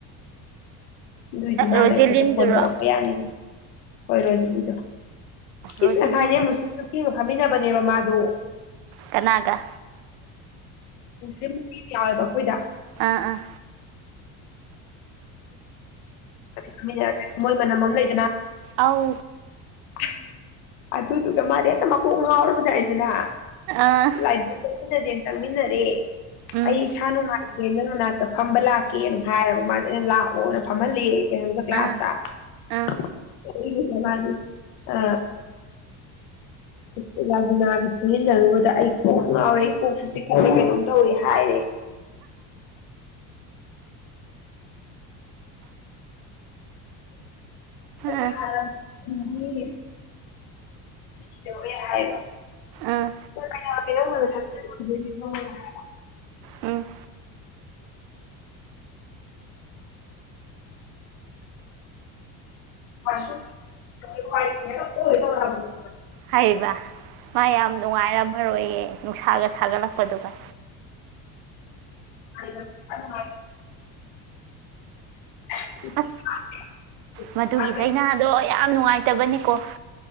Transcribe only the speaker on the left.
ꯑꯗꯨꯏꯗꯤ ꯃꯥꯅ
ꯑꯩꯈꯣꯏꯗ ꯐꯣꯟ ꯇꯧꯔꯛꯄ ꯌꯥꯅꯤꯗ ꯍꯣꯏ ꯔꯣꯖꯤꯂꯤꯗꯣ
ꯢꯁ ꯉꯥꯁꯥꯢꯗꯤ ꯃꯨꯁꯂꯤꯝ ꯏꯒ ꯐꯝꯃꯤꯟꯅꯕꯅꯦꯕ ꯃꯥꯗꯣ
ꯃꯁꯂꯤꯝ ꯅꯨꯄꯤ ꯃ ꯌꯥꯎꯋꯦꯕ ꯑꯩꯈꯣꯏꯗ
ꯈꯃꯤꯟꯅꯔ ꯃꯣꯏ ꯃꯅꯝ ꯑꯃ ꯂꯩꯗꯅ
<inaudible> ꯑꯗꯨꯗꯨꯒ ꯃꯥꯗꯤ ꯍꯦꯛꯇ ꯃꯀꯣꯛ ꯉꯥꯎꯔꯕꯖꯏꯗꯅ
ꯂꯥꯏꯕꯤ ꯂ ꯅꯖꯤ ꯇꯃꯤꯟꯅꯔꯦ
ꯑꯩꯁꯅ ꯃꯥ ꯅꯪ ꯃꯅꯥꯛꯇ ꯐꯝꯕ ꯂꯥꯛꯀꯦꯅ ꯍꯥꯏꯕ ꯃꯥꯗꯤ ꯑꯩꯅ ꯂꯥꯛꯑꯣꯅ ꯐꯝꯍꯜꯂꯦ ꯀꯩꯅꯣ ꯀ꯭ꯂꯥꯁꯇꯒꯤꯅ
ꯃꯥꯗꯤ ꯑ ꯑꯩꯂꯥꯒꯤꯅꯥꯒꯤ ꯄꯨꯟꯁꯤꯜꯂꯔꯨꯕꯗ ꯑꯩ ꯀꯣꯛ ꯉꯥꯎꯔꯦ ꯑꯩ ꯀꯣꯛꯁꯨ ꯆ ꯀꯩꯅꯣꯝ ꯇꯧꯋꯦ ꯍꯥꯏꯔꯦ ꯑꯩ
ꯍꯅꯤꯡ ꯧꯦ ꯍꯥꯏꯒ
<inaudible>
ꯃ ꯍꯂ ꯇꯧ ꯂꯅꯤ
ꯌꯥ ꯑ ꯃꯥ <inaudible>
ꯑꯣꯠꯂꯦ